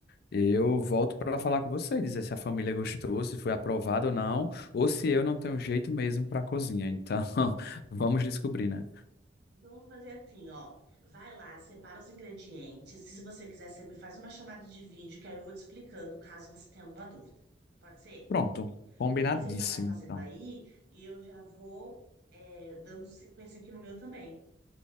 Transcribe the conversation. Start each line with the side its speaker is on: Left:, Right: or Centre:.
Left: Eu volto para falar com você, dizer se a família gostou, se foi aprovado ou não, ou se eu não tenho jeito mesmo para cozinha. Então, <laughs> vamos descobrir, né?
Right: Então vamos fazer assim, ó. Vai lá, separa os ingredientes. Se você quiser, você me faz uma chamada de vídeo, que aí eu vou te explicando, caso você tenha alguma dúvida. Pode ser?
Left: Pronto, combinadíssimo,
Right: Porque aí você já vai fazendo
Left: então.
Right: aí e eu já vou é, dando sequência aqui no meu também.